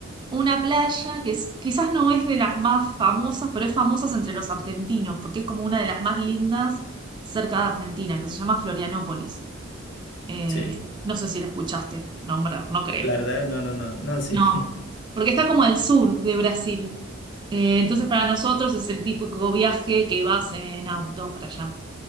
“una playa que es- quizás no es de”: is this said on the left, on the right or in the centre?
Right